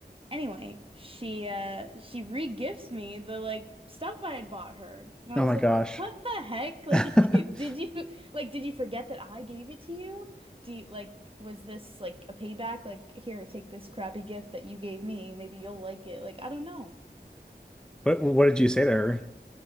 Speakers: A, on the right; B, in the centre.
A: Anyway, she uh she re-gifts me the like stuff I had bought her. And I
B: Oh
A: was
B: my
A: like,
B: gosh.
A: "What the heck? <laughs> Like
B: <laughs>
A: did you like did you forget that I gave it to you? Do you like was this like a payback? Like here, take this crappy gift that you gave me. Maybe you'll like it." Like I don't know.
B: What what did you say there?